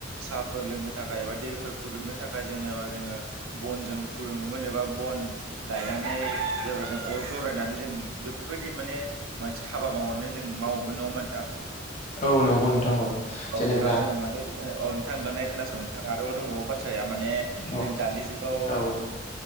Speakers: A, on the right (about 80°); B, on the left (about 35°).
A: साफोर लोंनो। थाखाय दैफोर फुदुंनो थाखाय जाङो जोङो बन फुदुङोमोन एबा बन गायनानै जेनबा जों अ जरायनानै जों बेफोरबायदि माने। मोनसे हाबा मावनानै जों मावोमोन नङाहोमबा नोंथां?
B: औ नंगौ नोंथां औ
A: औ
B: जेनेब्ला
A: नोंथाङा जों माने औ नोंथां दे खोनासं नोंथाङा आं दाबो दंबावो बाथ्राया माने
B: औ
A: जों दानि जुगाव
B: औ